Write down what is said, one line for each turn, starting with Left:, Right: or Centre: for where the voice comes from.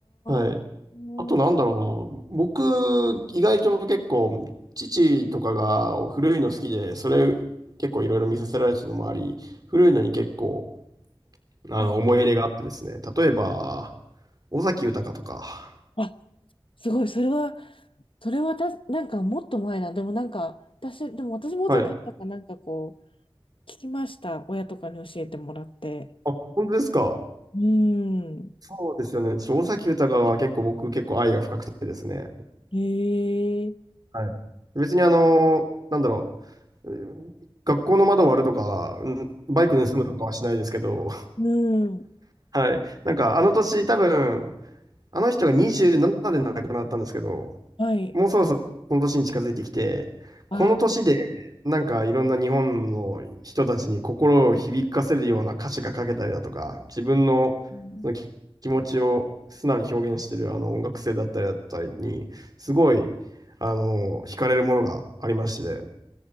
Right: はい。
Left: ーうん
Right: あとなんだろうな、僕、意外と結構、父とかが古いの好きで、それ結構いろいろ見させられてたのもあり、古いのに結構、あの、
Left: あ、
Right: 思い入れがあってですね、例えば、尾崎豊とか、
Left: あ、すごい。それは、それはた、なんかもっと前な。でもなんか、私、でも私も尾崎たかなんかこう、
Right: はい。
Left: 聞きました。親とかに教えてもらって。
Right: あ、本当ですか。
Left: うん。
Right: そうですよね。ちょっと尾崎豊は結構僕結構愛が深くてですね。
Left: へえ。
Right: はい。別にあの、なんだろう、うん学校の窓割るとか、うんバイク盗むとかはしないですけど、
Left: うん。
Right: <laughs> はい。なんかあの年多分、あの人が27で亡くなったんですけど、
Left: はい。
Right: もうそろそろこの年に近づいてきて、
Left: あ、
Right: この年でなんかいろんな日本の人たちに心を響かせるような歌詞が書けたりだとか、自分のその気気持ちを素直に表現してるあの音楽性だったりだったりに、
Left: うん
Right: すごい、あの、惹かれるものがありまして、